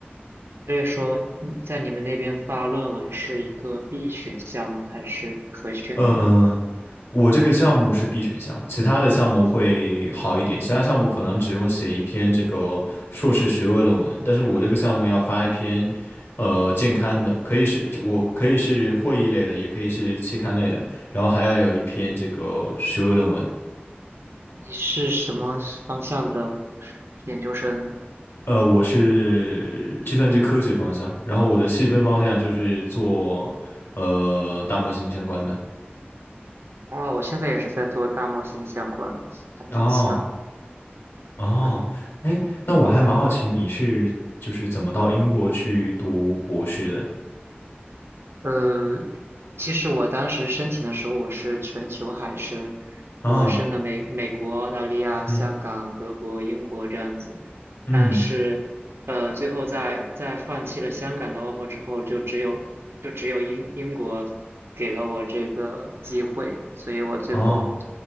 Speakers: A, on the right; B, on the left.
A: 所以说，嗯在你们那边发论文是一个必选项吗？还是可选的？
B: 嗯，我这个项目是 B 选项，其他的项目会好一点。其他项目可能只用写一篇这个硕士学位论文，但是我这个项目要发一篇呃健康的，可以是我可以是会议类的，也可以是期刊类的，然后还要有一篇这个学位论文。
A: 你是什么方向的研究生呢？
B: 呃，我是计算机科学方向，然后我的细分方向就是做呃大模型相关的。
A: 哦，我现在也是在做大模型相关的，还挺像的。
B: 哦。哦，
A: 对。
B: 哎，那我还蛮好奇你是就是怎么到英国去读博士的
A: 嗯，其实我当时申请的时候，我是全球海申，
B: 啊？
A: 我申了美美国、澳大利亚、
B: 嗯
A: 香港、德国、英国这样子，
B: 嗯，
A: 但是呃，最后在在放弃了香港的 offer 之后，就只有就只有英英国给了我这个机会，所以我最后
B: 哦